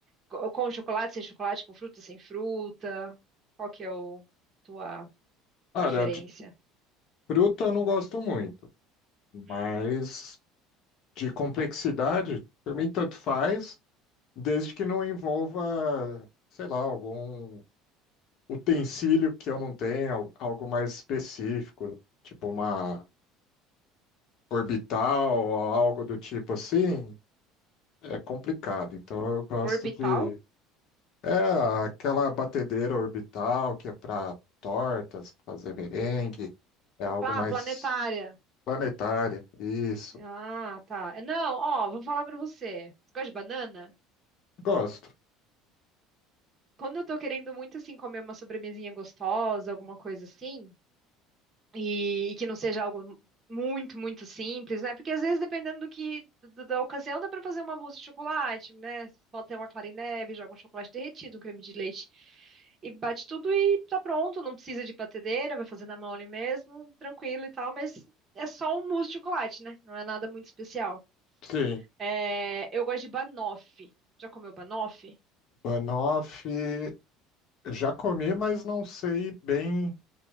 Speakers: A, on the right; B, on the left.
A: Co- Com chocolate, sem chocolate, com fruta, sem fruta? Qual que é o tua
B: Olha,
A: preferência?
B: de fruta eu não gosto muito, mas
A: Hum.
B: de complexidade, por mim tanto faz, desde que não envolva, sei lá, algum utensílio que eu não tenha, al- algo mais específico, tipo uma orbital ou algo do tipo assim, é complicado. Então eu gosto
A: Orbital?
B: de. É aquela batedeira orbital que é para tortas, fazer merengue, é algo
A: Ah,
B: mais
A: planetária.
B: planetário, isso.
A: Ah, tá. Não, ó, vou falar pra você. Você gosta de banana?
B: Gosto.
A: Quando eu tô querendo muito, assim, comer uma sobremesinha gostosa, alguma coisa assim, e, e que não seja algo muito, muito simples, né? Porque às vezes, dependendo do que, do- da ocasião, dá pra fazer uma mousse de chocolate, né? Pode ter uma clara em neve, joga um chocolate derretido, um creme de leite. E bate tudo e tá pronto, não precisa de batedeira, vai fazer na mão ali mesmo, tranquilo e tal, mas é só um mousse de chocolate, né? Não é nada muito especial.
B: Sim,
A: É, eu gosto de banoffee. Já comeu banoffee?
B: banoffee eu já comi, mas não sei bem